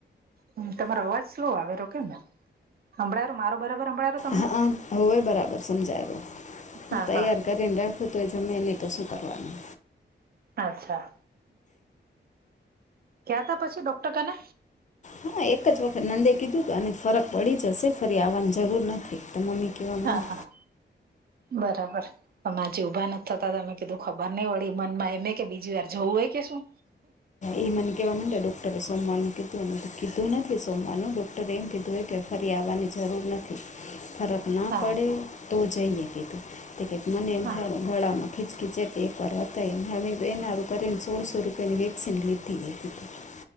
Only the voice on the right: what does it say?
હમ તમારો અવાજ સ્લો આવે રો કેમ? હમભળાયો મારો બરાબર હમભળાયો તમને
હા
હા
આચ્છા, કયાં તા પછી ડોક્ટર કને
હા
હા બરાબર પણ આજે ઉભા નથી થતા તમે કીધું ખબર નહીં વળી મનમાં એમે કે બીજી વાર જવું હોય કે શું
હા
હા